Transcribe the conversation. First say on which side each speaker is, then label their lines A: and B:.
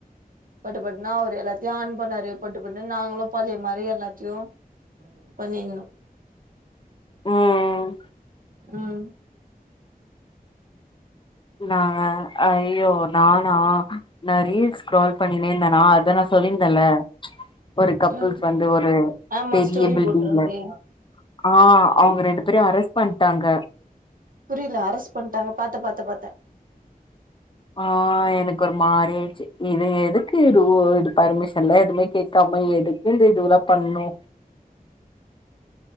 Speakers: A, on the right; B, on the left.
A: பட்டு பட்னா அவுரு எல்லாத்தியு ஆன் பண்ணாருப் பட்டு பட்னு நாங்களும் பழைய மாரி எல்லாத்தியு பண்ணின்னு
B: ம் ம்
A: ம்
B: நாங்க ஐயோ நானா நா ரீல்ஸ் ஸ்க்ரோல் பண்ணினே இந்தனா அதா நா சொல்லிந்தல்ல ஒரு கப்புள்ஸ்
A: ம்
B: வந்து ஒரு
A: ஆமா
B: பெரிய
A: ஸ்டோரி
B: பில்டிங்ல
A: போட்ருந்தே
B: ஆ அவுங்க
A: ம்
B: ரெண்டு பேரையு அரெஸ்ட் பண்ட்டாங்க
A: புரில அரஸ்ட் பண்ட்டாங்க பாத்தே பாத்தே பாத்தே
B: ஆ எனக்கு ஒரு மாரி ஆயிட்ச்சு இது எதுக்கு இது ரூ இது பர்மிஷன்லா எதுமே கேக்காம எதுக் இந்த இதுவலாப் பண்ணு